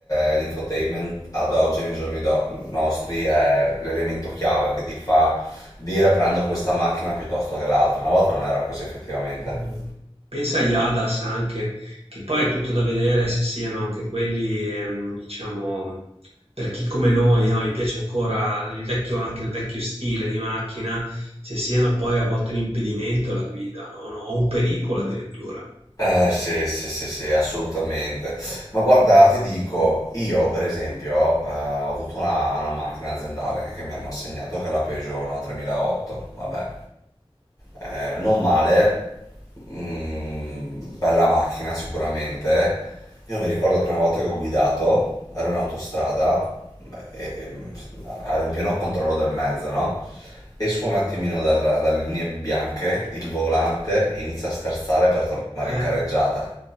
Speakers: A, on the left; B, on the right.
A: eh, l'infotainment ad oggi, nei giorni do- nostri, è l'elemento chiave che ti fa dire prendo questa macchina piuttosto che l'altra. Una volta non era così, effettivamente.
B: No. Pensa agli Hadas anche, che poi è tutto da vedere se siano anche quelli, ehm, diciamo, per chi come noi, no? Gli piace ancora il vecchio, anche il vecchio stile di macchina, se siano poi a volte un impedimento alla guida, no? No, O un pericolo addirittura.
A: Eh, sì, sì, sì, sì, assolutamente. Ma guarda, ti dico, io per esempio eh, ho avuto una, una macchina aziendale che mi hanno assegnato, che è la Peugeot, no? 3008, vabbè. Eh, non male, mm, bella macchina sicuramente. Io mi ricordo la prima volta che ho guidato, ero in autostrada, beh, e, mm, ero in pieno controllo del mezzo, no? Esco un attimino dalla- dalle linee bianche, il volante inizia a sterzare per tornare
B: Eh,
A: in careggiata.